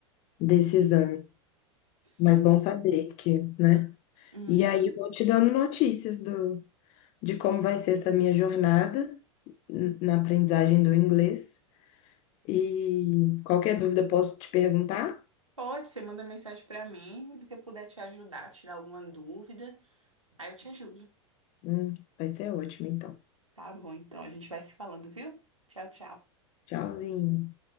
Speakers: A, on the left; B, on the right.
A: desse exame.
B: Sim.
A: Mas bom saber que, né?
B: Uhum.
A: E aí vou te dando notícias do, de como vai ser essa minha jornada n- na aprendizagem do inglês. E qualquer dúvida posso te perguntar?
B: Pode, você manda mensagem pra mim, do que eu puder te ajudar, tirar alguma dúvida, aí eu te ajudo.
A: Hum, vai ser ótimo, então.
B: Tá bom, então a gente vai se falando, viu? Tchau, tchau.
A: Tchauzinho.